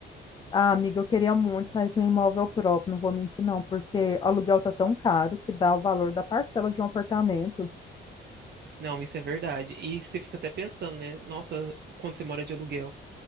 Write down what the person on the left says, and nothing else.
Ah, amiga, eu queria muito sair com um imóvel próprio, não vou mentir não, porque o aluguel tá tão caro que dá o valor da parcela de um apartamento.